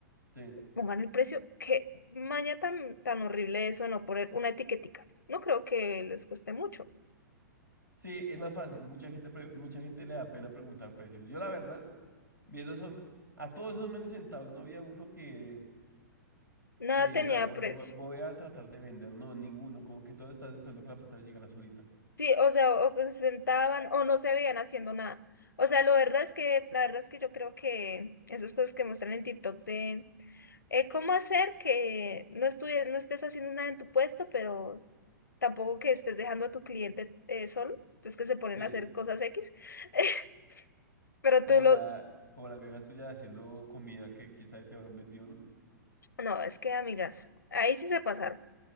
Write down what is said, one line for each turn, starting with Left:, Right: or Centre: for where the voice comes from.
Right: Sí.
Left: pongan el precio, qué maña tan, tan horrible eso de no poner una etiquetica. No creo que les cueste mucho.
Right: Sí, es más fácil. Mucha gente, pre- mucha gente le da pena preguntar precios. Yo, la verdad, viendo esos- a todos esos manes sentados, no había uno que,
Left: Nada
Right: que dijera,
Left: tenía
Right: bueno,
Left: precio.
Right: vo- voy a tratar de vender. No, ninguno. Como que todos están esperando que la plata les llegara solita.
Left: Sí, o sea, o que se sentaban o no se veían haciendo nada. O sea, lo verdad es que, la verdad es que yo creo que esas cosas que muestran en TikTok de eh, cómo hacer que no estudie- no estés haciendo nada en tu puesto, pero tampoco que estés dejando a tu cliente eh, solo. Entonces que se ponen
Right: Sí.
Left: a hacer cosas X. <laughs> Pero
Right: Como
Left: tú lo...
Right: la, como las viejas tuyas haciendo comida que quizás se habrán vendido, ¿no?
Left: No, es que, amigas, ahí sí se pasaron.